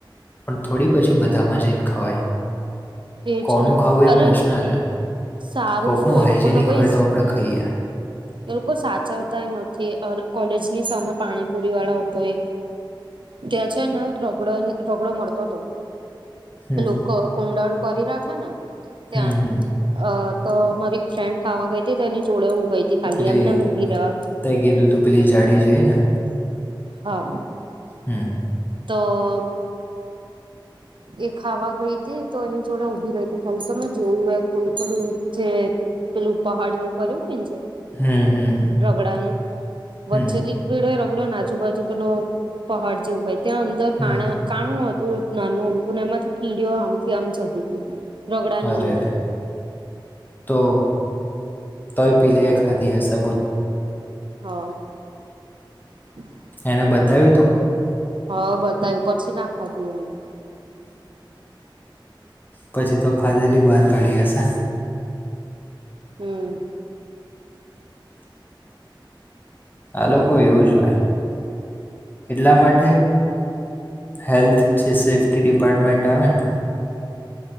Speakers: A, on the left; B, on the right.
A: પણ થોડી પછી બધામાં જઈન ખવાય.
B: એજ
A: કોનું
B: ને,
A: ખાવું એ
B: અરે
A: પ્રશ્ન છે
B: સારું
A: કોકનું
B: શું એ
A: હાઇજેનિક
B: લોકો તો કઈ
A: હોય આપણે ખાઈએ
B: એ લોકો સાચવતાય નથી આર કોલે ની સામે પાણીપુરી વાળો હોતો એ ત્યાં છેને રગડો રગડો મળતો તો
A: હમ
B: લોકો કૂંડા કરી રાખે ને ત્યાં
A: હમ હમ
B: અ તો મારી એક ફ્રેન્ડ ખાવા ગઈ હતી તે એની જોડે હું ગઈ તી ખાલી
A: પેલી
B: એમને એમ મ ઉભી રેવા
A: તે કીધું તું પેલી જાડી છે એ ને
B: હા.
A: હમ્મ!
B: તો એ ખાવા ગઈ હતી તો એની જોડે ઊભી રહી હતી ખાલી તોમે જોયું કો પેલું જે પેલું પહાડ જેવું કર્યું હોય ને જે
A: હમ હમ હમ
B: રગડાનું વચ્ચે
A: હમ
B: લી વીડ હોય રગડ્યો આજુબાજુ પેલો પહાડ જેવું હોય ત્યાં અંદર પાણાં
A: હમ
B: કાણું હતું નાનું આમથું ને એમાંથી કીડીઓ આમથી આમ જતી હતી. રગડાની
A: અરે
B: અંદર
A: રે તો તોય પીલે એ ખાધી હશે બોલ!
B: હઅ. <inaudible>
A: એને બતાયુતુ?
B: હા બતાયુ પછી ના ખાધી એને
A: પછી તો ખાધેલી બહાર કાઢી હશે.
B: હમ્મ!
A: આ લોકો એવું જ હોય. એટલા માટે, હેલ્થ જે સેફ્ટી ડિપાર્ટમેન્ટ આવે ને